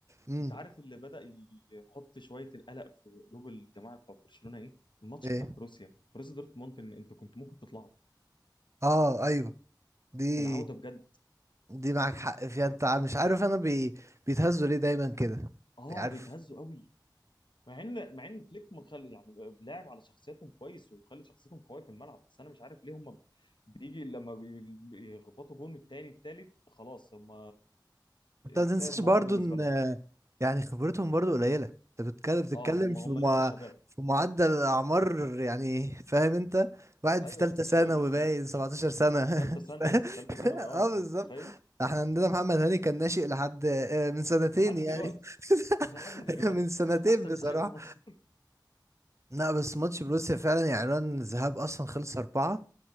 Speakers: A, on the right (about 40°); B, on the left (about 85°).
A: امم
B: انت عارف اللي بدأ يحط شويه القلق في قلوب الجماعه بتاع برشلونه ايه؟ الماتش
A: ايه
B: بتاع بروسيا بروسيا دورتموند ان انتوا كنتوا ممكن تطلعوا
A: اه ايوه دي
B: في العوده بجد
A: دي معاك حق فيها انت مش عارف انا بي... بيتهزوا ليه دايما كده
B: اه
A: يعني عارف
B: بيتهزوا قوي مع ان مع ان فليك مخلي يعني لاعب على شخصيتهم كويس ومخلي شخصيتهم قويه في الملعب بس انا مش عارف ليه هم بيجي لما بي- بيخبطوا جون التاني التالت خلاص هم
A: انت
B: انتهى
A: ما تنساش
B: الموضوع
A: برضو
B: بالنسبه
A: ان
B: لهم
A: يعني خبرتهم برضو قليله انت بتتكلم بتتكلم
B: اه هم
A: في
B: هم
A: مع...
B: لسه شباب
A: في معدل اعمار يعني فاهم انت واحد
B: ايوه
A: في ثالثه
B: لسه
A: ثانوي
B: شباب لسه
A: باين
B: لسه
A: 17 سنه
B: ثالثه ثانوي
A: <laughs>
B: ثالثه ثانوي اه
A: اه
B: انت
A: بالظبط
B: متخيل
A: احنا عندنا محمد هاني كان ناشئ لحد آه، من سنتين
B: لحد
A: يعني
B: دلوقتي <laughs> لحد دلوقتي
A: <laughs> من سنتين
B: احسن
A: بصراحه
B: ناشئ في مصر
A: لا بس ماتش بروسيا فعلا يعني عنوان الذهاب اصلا خلص اربعه